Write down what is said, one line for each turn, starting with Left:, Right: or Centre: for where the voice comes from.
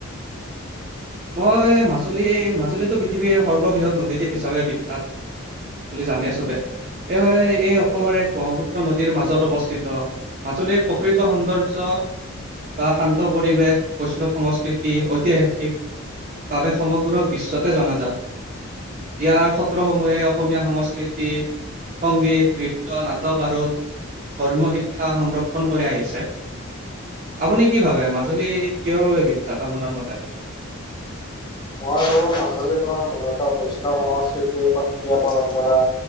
Right: মই মাজুলী মাজুলীটো পৃথিৱীৰ সৰ্ববৃহৎ নদীদ্বীপ হিচাপে বিখ্যাত বুলি জানে চবে। এই এই অসমৰ
Left: আৰু
Right: এক ব্ৰহ্মপুত্ৰ নদীৰ মাজত অৱস্থিত। মাজুলীৰ প্ৰকৃত সৌন্দৰ্য বা শান্ত পৰিৱেশ বৈষ্ণৱ সংস্কৃতি ঐতিহাসিক বাবে সমগ্ৰ বিশ্বতে জনাজাত। ইয়াৰ সত্ৰসমূহে অসমীয়া সংস্কৃতি সংগীত, নৃত্য, নাটক আৰু ধৰ্ম শিক্ষা সংৰক্ষণ কৰি আহিছে। আপুনি কি ভাবে মাজুলী কিহৰ বাবে বিখ্যাত আপোনাৰ মতে।
Left: মই আৰু মাজুলী তোমাৰ মূলতঃ বৈষ্ণৱ সংস্কৃতি সত্ৰীয়া পৰম্পৰা